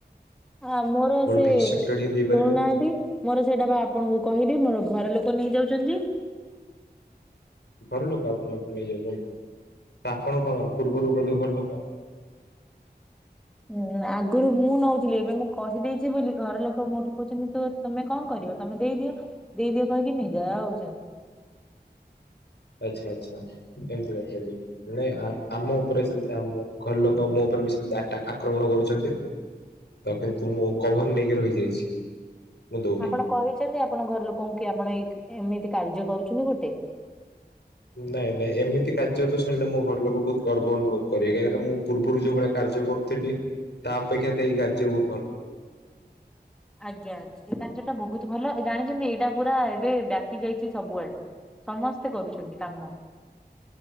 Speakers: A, in the centre; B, on the left.
A: ଆ ମୋର ସେ
B: ଭିକ୍ସ
A: ଶୁଣୁନାହାନ୍ତି!
B: ଚକୋଲେଟ ହିଁ ଦେଇପାରିବେ
A: ମୋର ସେଇଟା ବା ଆପଣଙ୍କୁ କହିଲି ମୋର ଘର ଲୋକ ନେଇଯାଉଛନ୍ତି।
B: ଘର ଲୋକ ଆପଣ ଠୁ ନେଇଯାଉଛନ୍ତି ଆପଣ କଣ ପୂର୍ବରୁ ମଧ୍ୟ ଘରଲୋକ
A: ହୁଁ ଆଗରୁ ମୁଁ ନଉଥିଲି ଏବେ ମୁଁ କହିଦେଇଛି ବୋଲି ଘର ଲୋକ ମୋଠୁ କହୁଛନ୍ତି ତ ତମେ କଣ କରିବ। ତମେ ଦେଇଦିଅ ଦେଇଦିଅ କହିକି ନେଇଯାଉଛନ୍ତି।
B: ଆଚ୍ଛା ଆଚ୍ଛା କେମତି ଅଛନ୍ତି? ନାଇଁ ଆମ ଉପରେ ସେମିତି ଆମ ଘର ଲୋକ ମୋ ଉପରେ ବି ସେମିତି ଆଟକ୍ ଆକ୍ରମଣ କରୁଛନ୍ତି। ରବୀନସ କୁ ମୁଁ କଭର ନେଇକି ରହିଯାଇଛି। ମୁଁ ଦଉନି।
A: ଆପଣ କହିଛନ୍ତି ଆପଣ ଘର ଲୋକଙ୍କୁ କି ଆପଣ ଏଇ ଏମିତି କାର୍ଯ୍ୟ କରୁଛନ୍ତି ଗୋଟେ।
B: ନାଇଁ ନାଇଁ ଏମିତି କାର୍ଯ୍ୟ ତ ଶୁଣିଲେ ମୋ ଘର ଲୋକ ବହୁତ ଗର୍ବ ଅନୁଭବ କରିବେ କାହିଁକିନା ମୁଁ ପୂର୍ବରୁ ଯୋଉ ଭଳିଆ କାର୍ଯ୍ୟ କରୁ ଥିଲି ତା ଅପେକ୍ଷା ତ ଏଇ କାର୍ଯ୍ୟ ବହୁତ ଭଲ।
A: ଆଜ୍ଞା ଏ କାର୍ଯ୍ୟଟା ବହୁତ ଭଲ ଏ ଜାଣିଛନ୍ତି ଏଇଟା ପୁରା ଏବେ ବ୍ୟାପି ଯାଇଛି ସବୁଆଡେ। ସମସ୍ତେ କରୁଛନ୍ତି କାମ।